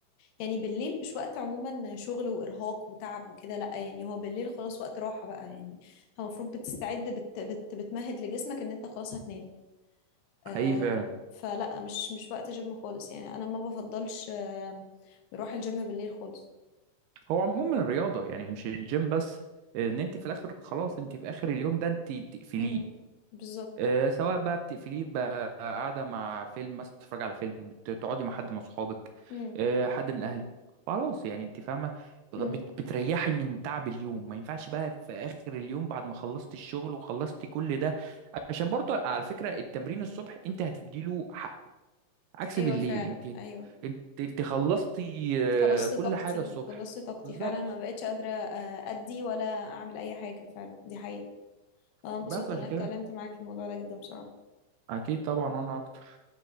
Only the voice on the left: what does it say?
يعني بالليل مش وقت عموما شغل وارهاق وتعب وكده لا يعني هو بالليل خلاص وقت راحة بقى يعني انت المفروض بتستعد بت بت بتمهد لجسمك ان انت خلاص هتنام آه
فلا مش مش وقت جيم خالص يعني انا ما بفضلش آه بروح الجيم بالليل خالص
امم بالظبط
امم
امم
ايوه
فعلا
ايوه
خلصت
طاقتي
خلصت طاقتي
فعلا ما بقتش قادرة آه، ادي ولا اعمل اي حاجة فعلا دي حقيقة انا انبسطت
ان انا
اتكلمت معاك في الموضوع ده جدا بصراحة